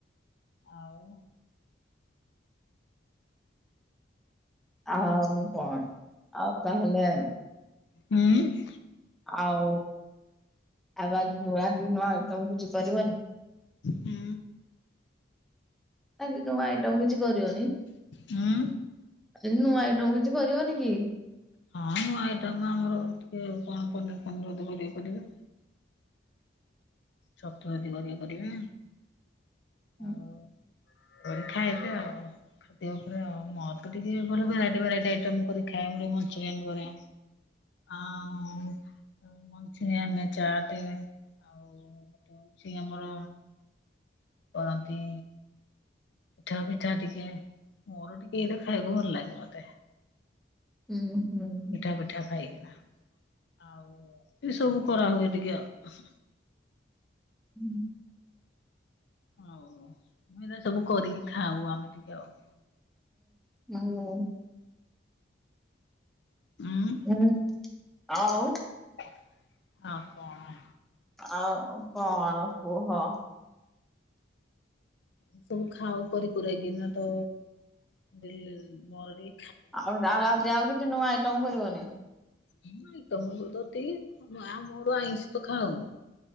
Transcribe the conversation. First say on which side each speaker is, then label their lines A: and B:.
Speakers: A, on the left; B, in the centre.
A: ଆଉ।
B: ଆଉ କଣ ଆଉ ତାହେଲେ
A: ହୁଁ।
B: ଆଉ ଆଉ ବାକି କୌଭାଲିଆ ଦିନ ଆଜି ତମେ କିଛି କରିବନି।
A: ହୁଁ
B: ଆଜି ନୂଆ ଆଇଟମ କିଛି କରିବନି
A: ହୁଁ
B: ଆଜି ନୂଆ ଆଇଟମ କିଛି କରିବନି କି?
A: ହଁ ନୁଆ ଆଇଟମ୍ ଆମର ଟିକେ କଣ ପନିର ଫନିର ଜଦି କରିବେ କରିବେ। ଛତୁୁ ଯଦି କରିବେ କରିବେ
B: ହୁଁ
A: ଆଉ କରି ଖାଇବେ ଆଉ। ଖାଦ୍ୟ ଉପରେ ଆଉ ମୋର ତ ଟିକେ ଭଲ ଭେରାଇଟି ଭେରାଇଟି ଆଇଟମ ଇପରେ ଖାଏ ମଞ୍ଚୁରିଆନ କରେ। ଆଉ ମଞ୍ଚୁରିୟନ ଚାଟ ଆଉ ସେ ଆମର କରନ୍ତି। ପିଠା ଫିଠା ଟିକେ ମୋର ଟିକେ ଏଇଟା ଖାଇବାକୁ ଭଲ ଲାଗେ ମତେ।
B: <unintelligible>
A: ପିଠା ଫୀଠା ଖାଇକିନା ଆଉ ଏସବୁ କରା ହୁଏ ଟିକେ ଆଉ।
B: ହୁଁ
A: ଆଉ ଆମେ ଏରାସବୁ କରିକି ଖାଉ ଆମେ ଟିକେ ଆଉ।
B: ହୁଁ
A: ଉଁ
B: <inaudible> ହୁଁ। ଆଉ।
A: <unintelligible> ଆଉ କଣ?
B: ଆଉ କଣ କୁହ?
A: ଏସବୁ ଖାଉ କରି କରିକୁରାକିନା ତ ଡେଲି
B: ଆଉ ଆଉ ଆଜିଆଉ କିଛି ନୂଆ ଆଇଟମ କରିବନି?
A: <unintelligible> ମାଆ ମୋର ଆଇଁଷ ତ ଖାଉନି।